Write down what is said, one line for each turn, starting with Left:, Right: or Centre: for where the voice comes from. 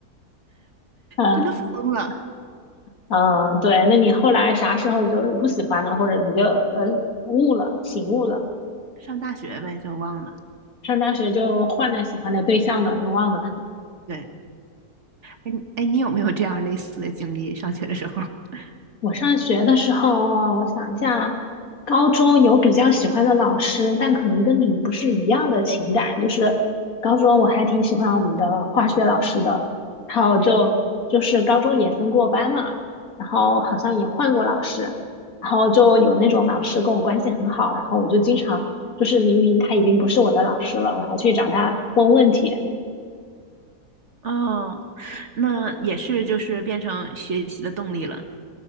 Left: 呃
Right: 真的疯了。
Left: 嗯，对，那你后来啥时候就不喜欢了，或者你就呃悟了、醒悟了，
Right: 上大学呗，就忘了。
Left: 上大学就换了喜欢的对象了，就忘了。
Right: 对，哎哎，你有没有这样类似的经历？上学的时候？<laughs>
Left: 我上学的时候，我想一下，高中有比较喜欢的老师，但可能跟你不是一样的情感。就是高中我还挺喜欢我们的化学老师的，然后就就是高中也分过班嘛，
Right: 嗯，
Left: 然后好像也换过老师，然后就有那种老师跟我关系很好，然后我就经常就是明明他已经不是我的老师了，我还去找他问问题。
Right: 哦，那也是，就是变成学习的动力了。